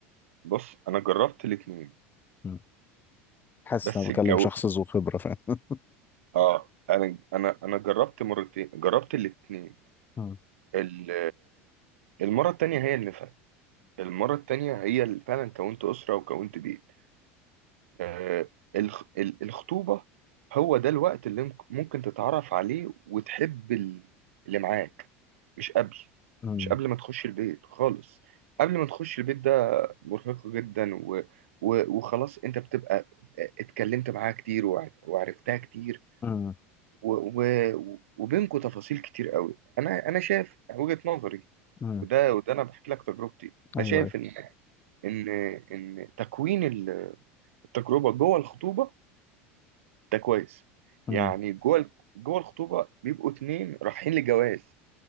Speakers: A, on the right (about 85°); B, on the left (about 30°).
A: بص انا جربت الاتنين
B: مم. حاسس
A: بس
B: ان انا بكلم
A: الجو
B: شخص ذو خبره فاهم <laughs>
A: اه انا انا انا جربت مرتين جربت الاتنين
B: مم. مم.
A: ال- المرة التانية هي اللي المرة التانية هي اللي فعلا كونت أسرة وكونت بيت آه، الخ- ال- الخطوبة هو ده الوقت اللي ممك- ممكن تتعرف عليه وتحب ال- اللي معاك مش قبل
B: مم.
A: مش قبل ما تخش البيت خالص قبل ما تخش البيت ده مرهقة جدا و... و... وخلاص انت بتبقى آه، اتكلمت معاها كتير وع- وعرفتها كتير
B: مم.
A: و... و... وبينكوا تفاصيل كتير قوي انا انا شايف وجهة نظري
B: امم
A: وده وده انا بحكي لك تجربتي
B: ايوه
A: انا شايف
B: ايوه
A: ان ان ان تكوين التجربه جوه الخطوبه ده كويس
B: امم
A: يعني جوه جوه الخطوبه بيبقوا اتنين رايحين لجواز